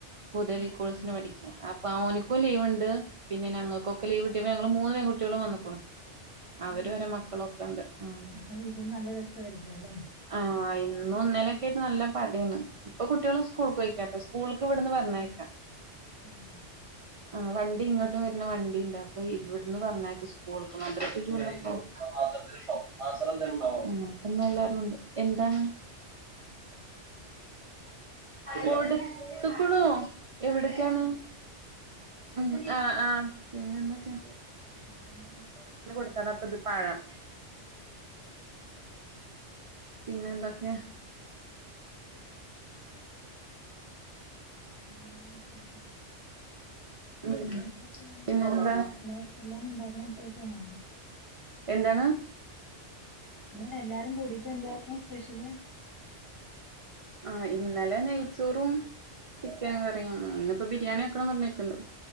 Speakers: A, on the right (about 45°); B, on the left (about 20°).
A: ഹുദവി
B: ആഹ്
A: കോഴ്സിന്
B: ആഹ്
A: പഠി ക്ക്യാ അപ്പൊ ഓൻക്കും ലീവ്ണ്ട്. പിന്നെ ഞങ്ങക്കൊക്കെ ലീവ് ട്ട്യപ്പം ഞങ്ങള് മൂന്ന് പെൺകുട്ട്യെളും വന്ന്ക്കുണു. അവരും
B: ആഹാ
A: അവരെ മക്കളൊക്കെണ്ട്. ഉം
B: അപ്പൊ വീട്ടിൽ നല്ല രസമായിരിക്കും അല്ലെ
A: ആഹ് ഇന്നും ഇന്നലെക്കായിട്ട് നല്ല പടേണ്. ഇപ്പൊ കുട്ട്യേള് സ്കൂൾകോയി ക്ക്യാട്ടോ സ്കൂൾക്ക് വട്ന്ന് പർഞ്ഞേക്കാം.
B: ഉം.
A: ആഹ് വണ്ടി ഇങ്ങട്ടും വെര്ന്ന വണ്ടി ണ്ട് അപ്പൊ ഇവട്ന്ന് പർഞ്ഞേക്ക സ്കൂൾക്ക് മ ദ്രസ്സ് <unintelligible> ആഹ് ഇന്നെല്ലാരുണ്ട്. എന്താണ്? കൊടുത്തുക്കണോ? എവിടേയ്ക്കാണ്? ഉം ആഹ് ആഹ് പിന്നെന്തൊക്കെ?
B: വേറെന്താണ്
A: <unintelligible> കൊടുത്താണ്, അപ്പ ഇത് പഴം പിന്നെന്തൊക്കെ?
B: <unintelligible>
A: ഉം
B: ഫുഡൊക്കെങ്ങനെ
A: പിന്നെന്താ
B: ണ്ടാക്കോ? എല്ലാം എല്ലാം മ്ണ്ടാക്ക്ണെ ടൈപ്പാണോ?
A: എന്താണ്?
B: ഇന്ന് എല്ലാരും കൂടിട്ട് എന്തായിരുന്നു സ്പെഷ്യല്?
A: ആഹ് ഇന്നലെ നെയ്ച്ചോറും ചിക്കൻ കറിം ഇന്ന്പ്പോ ബിരിയാണി വെക്കണം പർഞ്ഞ്ക്ക്ണ്ട്.